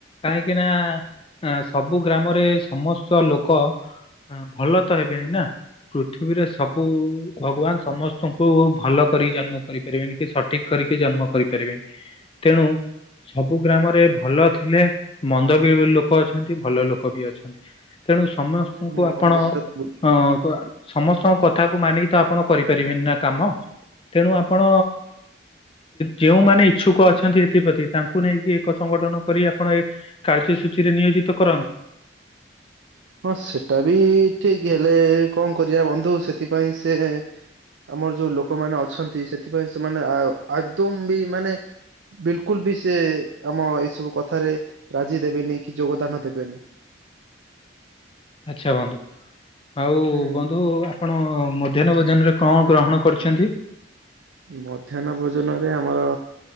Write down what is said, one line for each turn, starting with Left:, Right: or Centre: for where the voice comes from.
Left: କାହିଁକି ନା ସବୁ ଗ୍ରାମରେ ସମସ୍ତ ଲୋକ ଭଲ ହେବେନି ନା। ପୃଥିବୀରେ ସବୁ ଭଗବାନ ସମସ୍ତଙ୍କୁ ଭଲ କରି ଜନ୍ମ କରିପାରିବେନି। କି ସଠିକ୍ କରିକି ଜନ୍ମ କରିପାରିବେନି ତେଣୁ ସବୁ ଗ୍ରାମରେ ଭଲ ଥିଲେ ମନ୍ଦ ବି ଲୋକ ଅଛନ୍ତି ଭଲ ଲୋକ ବି ଅଛନ୍ତି। ତେଣୁ ସମସ୍ତଙ୍କୁ
Right: ହୁଁ
Left: ଆପଣ
Right: ବନ୍ଧୁ ସେଟା ତ ହୁଁ
Left: ଅ ସମସ୍ତଙ୍କ କଥାକୁ ମାନିକି ତ ଆ ପଣ କରିପାରିବେନି ନା କାମ। ତେଣୁ ଆପଣ ଯେଉଁମାନେ ଇଚ୍ଛୁକ ଅଛନ୍ତି ଏଥିପ୍ରତି ତାଙ୍କୁ ନେଇକି ଏକ ସଂଗଠନ କରି ଆପଣ ଏ କାର୍ଯ୍ୟ ସୂଚୀରେ ନିୟୋଜିତ କରନ୍ତୁ। <inaudible>
Right: ହଁ ସେଟା ବି ଠିକ୍ ହେଲେ କଣ କରିବା ବନ୍ଧୁ ସେଥିପାଇଁ ସେ ଆମର ଯୋଉ ଲୋକମାନେ ଅଛନ୍ତି ସେଥିପାଇଁ ସେମାନେ ଆଦୌ ବି ମାନେ ବିଲକୁଲ ବି ସେ ଆମ ଏଇ ସବୁ କଥାରେ ରାଜି ଦେବେନି କି ଯୋଗଦାନ ଦେବେନି।
Left: ଆଚ୍ଛା ବନ୍ଧୁ ଆଉ
Right: ହୁଁ
Left: ବନ୍ଧୁ ଆପଣ ମଧ୍ୟାହ୍ନ ଭୋ ଜନ ରେ କଣ ଗ୍ରହଣ କରିଛନ୍ତି?
Right: ମଧ୍ୟାହ୍ନ ଭୋଜନ ରେ ଆମର